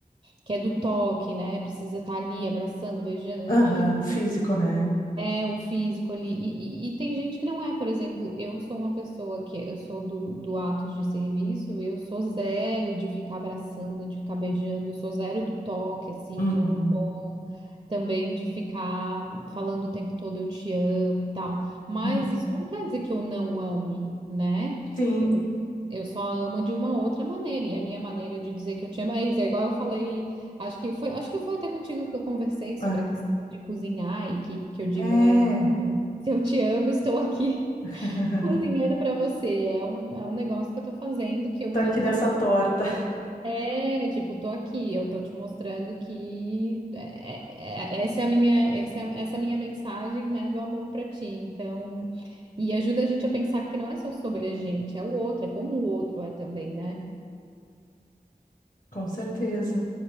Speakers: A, on the right; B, on the left.
A: que é do toque, né? Precisa estar ali abraçando, beijando.
B: aham, Físico, né?
A: É o físico ali. E, e- e tem gente que não é, por exemplo, eu sou uma pessoa que eu sou do, do ato de serviço, eu sou zero de ficar abraçando, de ficar beijando, eu sou zero do toque, assim,
B: Uhum.
A: eu não sou também de ficar falando o tempo todo eu te amo e tal. Mas
B: Uhum.
A: isso não quer dizer que eu não ame, né?
B: Sim.
A: Eu, eu só amo de uma outra maneira. E a minha maneira de dizer que eu te amo é isso. É igual eu falei, acho que foi, acho que foi até contigo que eu conversei sobre
B: Aham.
A: a questão de cozinhar e que, que eu digo,
B: É.
A: né? Se eu te amo, estou aqui
B: <laughs>
A: <laughs> cozinhando para você. É um, é um negócio que eu tô fazendo que eu
B: Tá
A: não
B: aqui nessa
A: gosto.
B: torta,
A: É, tipo, tô aqui, eu tô te mostrando que é- é- é, essa é a minha, essa é a- essa é a minha mensagem, né, do amor para ti. Então, e ajuda a gente a pensar que não é só sobre a gente, é o outro, é como o outro é também, né?
B: com certeza.